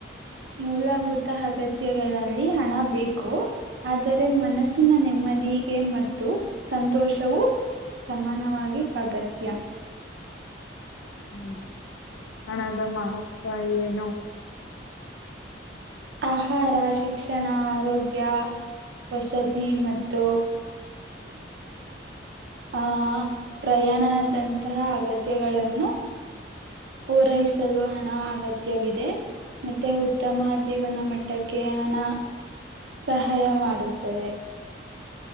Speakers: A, on the right; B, on the left.
A: ಮೂಲಭೂತ ಅಗತ್ಯಗಳಲ್ಲಿ ಹಣ ಬೇಕು ಆದರೆ ಮನಸ್ಸಿನ ನೆಮ್ಮದಿಗೆ ಮತ್ತು ಸಂತೋಷ ವು ಸಮಾನವಾಗಿ ಅಗತ್ಯ
B: ಹ್ಮ್ ಹಣದ ಮಹತ್ವ ಏನು
A: ಆಹಾರ ಶಿಕ್ಷಣ ಆರೋಗ್ಯ ವಸತಿ ಮತ್ತು ಹಾ <inaudible> ಪ್ರಯಾಣದಂತಹ ಅಗತ್ಯಗಳನ್ನು ಪೂರೈಸ ಲು ಹಣ ಅಗತ್ಯವಿದೆ ಮತ್ತೆ ಉತ್ತಮ ಜೀವನ ಮಟ್ಟಕ್ಕೆ ಹಣ ಸಹಾಯ ಮಾಡುತ್ತೆ ತ್ತರೆ <inaudible>